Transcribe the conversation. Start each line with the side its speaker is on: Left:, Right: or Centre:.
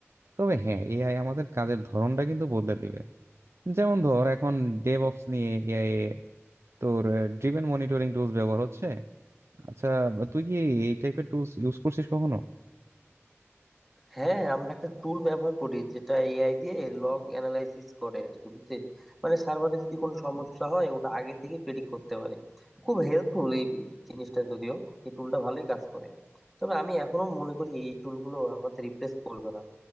Right: তবে হ্যাঁ এআই আমাদের কাজের ধরনটা কিন্তু বদলে দিবে যেমন ধর এখন ডেভঅপস নিয়ে এআই তোর ড্রিভেন মনিটরিং টুলস ব্যবহার হচ্ছে আচ্ছা তুই কি এই টাইপের টুলস ইউজ করছিস কখনো
Centre: হ্যাঁ আমরা একটা টুল ব্যবহার করি যেটা এআই দিয়ে লগ অ্যানালাইসিস করে আর কি বুঝছিস মানে সার্ভারে যদি কোনো সমস্যা হয় ওটা আগে থেকে প্রেডিক্ট করতে পারে খুব হেল্পফুল এই জিনিসটা যদিও এই টুলটা ভালোই কাজ করে তবে আমি এখনো মনে করি এই টুলগুলো আমাদের রিপ্লেস করবে না